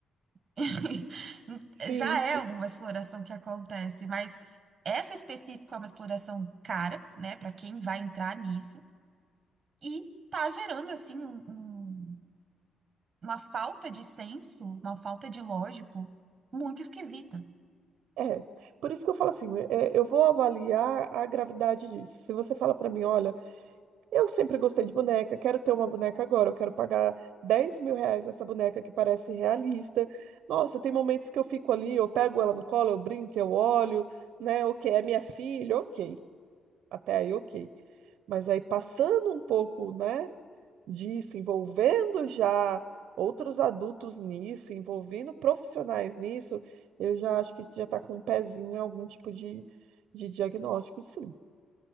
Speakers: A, on the right; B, on the right.
A: <laughs>
B: Sim,
A: Já
B: sim.
A: é uma exploração que acontece, mas essa específica é uma exploração cara, né, para quem vai entrar nisso, e tá gerando, assim, um- um- uma falta de senso, uma falta de lógico muito esquisita.
B: É, é. Por isso que eu falo assim, é, eu vou avaliar a gravidade disso. Se você fala para mim, olha. Eu sempre gostei de boneca, quero ter uma boneca agora, eu quero pagar 10 mil reais nessa boneca que parece realista. Nossa, tem momentos que eu fico ali, eu pego ela no colo, eu brinco, eu olho, né? Ok, é minha filha, ok. Até aí, ok. Mas aí passando um pouco, né, disso, envolvendo já outros adultos nisso, envolvendo profissionais nisso, eu já acho que já está com um pezinho em algum tipo de, de diagnóstico, sim